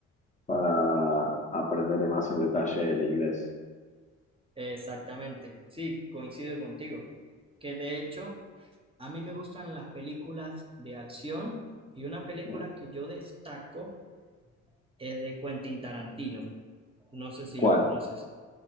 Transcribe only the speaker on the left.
para aprender más en detalle el inglés.
Eh,
¿Cuál?